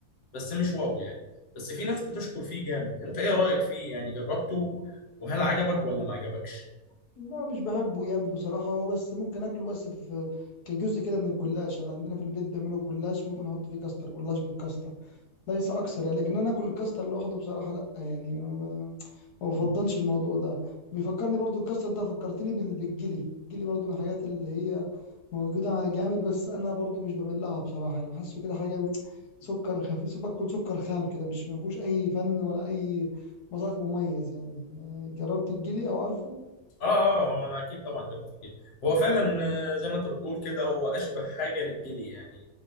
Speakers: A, on the left (about 55°); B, on the left (about 80°).
A: بس مش واو يعني بس في ناس بتشكر فيه جامد انت ايه رايك فيه يعني جربته وهل عجبك ولا ما عجبكش
B: لا مش بحبه جامد بصراحه هو بس ممكن اكله بس في كجزء كده من الجلاش يعني عندنا في البيت بيعملوا الجلاش ممكن احط فيه كاستر جلاش بالكاستر ليس اكثر يعني لكن انا اكل الكاستر لوحده بصراحه لا يعني ما ب- ما بفضلش الموضوع ده بيفكرني برضو الكاستر ده فكرتني بال- بالجلي الجلي برضو من الحاجات اللي هي موجوده على جامد بس انا برضو مش بميل لها بصراحه يعني بحسه كده حاجه من سكر خفيف باكل سكر خام كده مش ما فيهوش اي فن ولا اي مذاق مميز يعني آه، جربت الجلي او عارفه
A: اه اه هو انا اكيد طبعا جربت الجلي هو فعلا آه، زي ما انت بتقول كده هو اشبه حاجه للجلي يعني